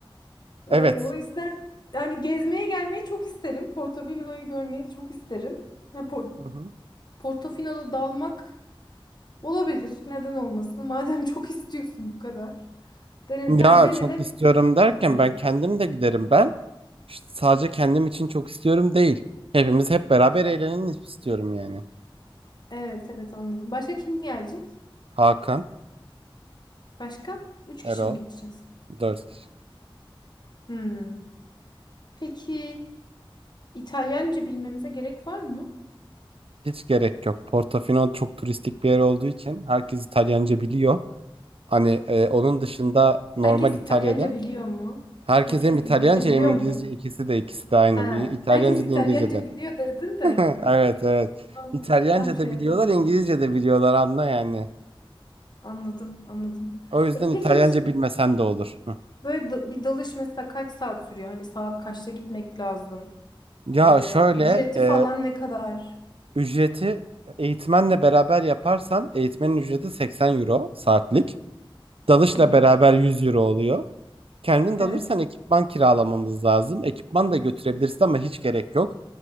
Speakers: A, on the left (about 50°); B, on the right (about 85°).
A: Ee,
B: Evet.
A: o yüzden yani gezmeye gelmeyi çok isterim. Portofino'yu görmeyi çok isterim. Ha, Por-
B: Hı hı.
A: Portofino'da dalmak olabilir. Neden olmasın? Madem çok <laughs> istiyorsun bu kadar. Dene,
B: Ya
A: yani denenebilir
B: çok istiyorum derken
A: hani.
B: ben kendim de giderim ben. işte sadece kendim için çok istiyorum değil. Hepimiz hep beraber eğlenelim istiyorum yani.
A: Evet evet anladım. Başka kim gelecek?
B: Hakan,
A: Başka? Üç
B: Erol,
A: kişi mi gideceğiz?
B: dört kişi.
A: Hmm. Peki İtalyanca bilmemize gerek var mı?
B: Hiç gerek yok. Portofino çok turistik bir yer olduğu için herkes İtalyanca biliyor. Hani e, onun dışında normal
A: Herkes
B: İtalya'da
A: İtalyanca biliyor mu?
B: herkes
A: Herkes
B: hem İtalyanca
A: İngilizce biliyor
B: hem İngilizce
A: mu dedim.
B: ikisi de ikisi de aynı.
A: Ha,
B: İ- İtalyanca
A: herkes İtalyanca
B: da İngilizce de.
A: biliyor dedin de.
B: <laughs> Evet evet.
A: Aa,
B: İtalyanca
A: Tam şey
B: da
A: yapamadım.
B: biliyorlar, İngilizce de biliyorlar anla yani.
A: Anladım, anladım.
B: O yüzden
A: E,
B: İtalyanca
A: peki
B: bilmesen de olur. Hı.
A: Böyle da- bir dalış mesela kaç saat sürüyor? Hani saat kaçta gitmek lazım?
B: Ya
A: Ee,
B: şöyle
A: ücreti
B: e,
A: falan ne kadar?
B: ücreti eğitmenle beraber yaparsan eğitmenin ücreti 80 euro saatlik. Dalışla
A: Hı hı.
B: beraber 100 euro oluyor. Kendin
A: Evet.
B: dalırsan ekipman kiralamamız lazım. Ekipman da götürebilirsin ama hiç gerek yok.